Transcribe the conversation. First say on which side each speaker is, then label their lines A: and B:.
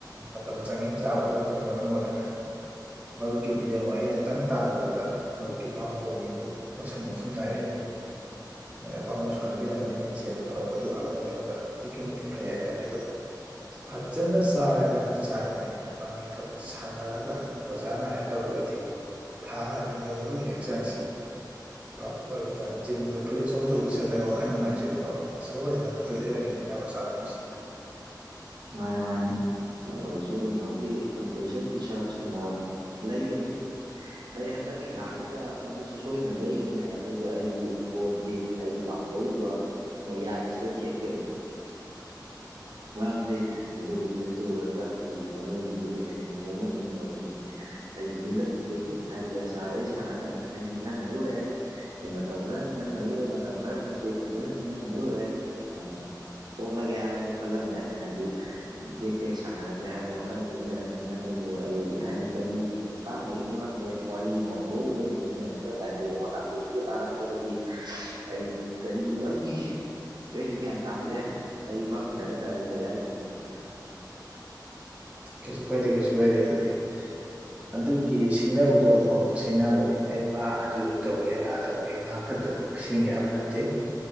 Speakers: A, on the right; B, on the right.
A: ꯃꯇꯝ ꯆꯪꯉꯤ ꯆꯥꯕꯁꯨ ꯋꯥꯄꯅ ꯃꯔꯝ ꯑꯣꯏꯔꯒ ꯑꯗꯨꯅ ꯃꯔꯨꯞꯀꯤꯗꯤ ꯌꯦꯡꯉꯨꯏ ꯑꯩꯅ ꯈꯤꯇꯪ ꯇꯥꯛꯄꯗꯨꯗ ꯃꯗꯨꯛꯀꯤ ꯄꯥꯝꯕꯣꯝꯗꯨ ꯃꯁꯨꯝ ꯃꯁꯨꯝ ꯅꯥꯏꯔꯛꯏꯅꯤꯁꯨꯝ ꯅ ꯌꯦꯦꯟꯁꯦꯅ ꯇꯧꯔꯒꯄ ꯊꯣꯛꯣꯂꯛꯑꯕ ꯃꯇꯝꯗ ꯑꯗꯨꯛꯀꯤ ꯃꯇꯤꯛ ꯐꯩ ꯍꯥꯏꯇꯥꯔꯦ ꯑꯗꯣ ꯐꯠꯖꯅ ꯁꯥꯔꯒ ꯆꯥꯡꯅꯥꯏꯅ ꯏꯕꯥꯅꯤ ꯊꯕꯛꯛꯇ ꯁꯥꯟꯅꯔꯒ ꯑꯣꯖꯥ ꯅꯥꯏꯔ ꯇꯧꯔꯒꯗꯤ ꯊꯥ ꯑꯅꯤꯗ ꯃꯅꯨꯡꯒꯤ ꯍꯛꯆꯥꯡꯁꯤ ꯀ ꯃꯔ ꯖꯤꯝꯗ ꯐꯨꯔꯤꯠ ꯑꯆꯧ ꯑꯆꯧꯕꯗ ꯁꯠꯂꯒ ꯋꯥꯈꯜ ꯅꯨꯡꯉꯥꯏꯇ꯭ꯔꯤꯕꯗꯣ ꯁꯣꯏꯗꯅ ꯃꯠꯇꯔꯦꯅꯤ ꯑꯕ ꯁꯥ ꯑꯃꯁꯁ
B: ꯃꯥꯅꯦ ꯃꯥꯅꯦ ꯑꯩ ꯁꯣꯏꯗꯅꯃꯛꯒꯤ ꯀꯝꯄꯁꯟ ꯇꯨꯁꯔꯠ ꯂꯩꯒꯅꯤ ꯑꯩ ꯍꯟꯗꯛꯀꯤ ꯊꯥꯁꯤꯗ ꯃꯗꯨꯁꯨ ꯁꯣꯏꯗꯅ ꯂꯩꯒꯅꯤ ꯑꯗꯨꯒ ꯑꯩꯒꯤ ꯐꯣꯟꯒꯤ ꯑꯩꯒꯤ ꯄꯥꯝꯖꯔꯤꯕ ꯃꯌꯥꯏ ꯑꯁꯤꯗ ꯊꯦꯠꯀꯅꯤ ꯃꯔꯝꯗꯤ ꯃꯗꯨꯒꯤꯁꯨ ꯇꯧꯔꯒ ꯑꯩꯒꯤ ꯊꯃꯣꯏꯗꯨꯁꯨ ꯀꯩ ꯍꯥꯏꯅꯤ ꯃꯡ ꯅꯠꯇ꯭ꯔꯒ ꯅꯣꯡꯃꯗꯤ ꯑꯩꯁ ꯂꯣꯏꯂꯛꯈꯤꯒꯦꯅꯤ ꯍꯥꯏꯕꯒ ꯁꯥꯩ ꯁꯥꯟꯅꯒꯅꯤ ꯑꯩ ꯅꯤꯡꯍꯟꯅꯔꯨꯔꯦ ꯑꯩ ꯃꯇꯝ ꯈꯔ ꯅꯤꯡꯍꯟꯅꯔꯨꯔꯦ ꯃꯇꯝ ꯈꯔ ꯅꯠꯇꯦ ꯐꯖꯅ ꯅꯤꯡꯍꯟꯅꯔꯨꯔꯦ ꯎ ꯇꯣꯀꯂꯒ ꯌꯥ ꯍꯥꯏ ꯋꯥ ꯀꯜꯂꯂꯝꯅꯦ ꯍꯥꯏꯗꯤ ꯇꯦꯛ ꯇꯦꯛ ꯁꯥꯟꯅꯔꯒꯦ ꯍꯥꯏꯕ ꯋꯥꯈꯜꯁꯤꯁꯨ ꯂꯩꯔꯝꯃꯦ ꯑꯗꯨꯕꯨ ꯑꯩ ꯍꯥꯏꯗꯤ ꯀꯔꯤ ꯃꯇꯥꯡꯗꯒꯤꯅꯣ ꯈꯪꯗꯦ ꯋꯥꯔꯤ ꯑꯃ ꯍꯧꯗꯣꯛꯧꯕꯗꯅꯤꯅ ꯑꯗꯨ ꯗꯥꯏꯂꯣꯛ ꯑꯃ ꯅꯥꯄꯣꯡꯒ ꯇꯥꯔꯛꯄꯗꯒꯤ ꯑꯩ ꯀꯔꯤꯒꯤ ꯃꯔꯝꯒꯤ ꯀꯩꯁꯨ ꯒ꯭ꯌꯥꯟ ꯇꯥꯗ꯭ꯔꯦ ꯑꯩꯁꯨ ꯐꯪꯗ꯭ꯔꯦ ꯍꯥꯏꯇꯥꯔꯦ ꯀꯩ ꯍꯥꯏꯗꯣꯏꯅꯣꯦ
A: ꯀꯩꯁꯨ ꯀꯥꯏꯗꯦ ꯀꯩꯁꯨ ꯀꯥꯏꯗꯦ ꯍꯥꯏꯗꯤ
B: <unintelligible>
A: ꯑꯗꯨꯒꯤ ꯁꯤꯡꯅꯕꯗꯣ ꯑꯐꯕꯗꯣ ꯁꯤꯡꯅꯕꯅꯤ ꯑꯩ ꯃꯥ ꯑꯗꯨ ꯇꯧꯒꯦ ꯑꯗꯥ ꯇꯧꯒꯦ ꯃꯥ ꯐꯦ ꯁꯦꯝꯦꯡꯒꯦ ꯍꯥꯏꯕ ꯅꯠꯇꯦ